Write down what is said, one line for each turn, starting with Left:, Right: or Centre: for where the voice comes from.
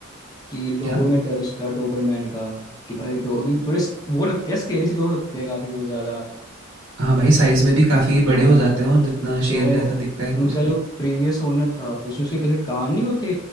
Left: कि लोगों
Right: क्या
Left: में डर उसका डोबरमैन का कि भाई डॉगी थोड़े स्क- वो लगते हैं स्केरी से डॉग लगते हैं काफी वो ज्यादा
Right: हाँ भाई साइज में भी काफ़ी बड़े
Left: हाँ
Right: हो जाते हैं वो जितना
Left: जो
Right: शेर जैसा दिखता है
Left: उनका
Right: कुछ तो
Left: जो प्रीवियस ओनर था तो उसमें उसके कैसे कान नहीं होते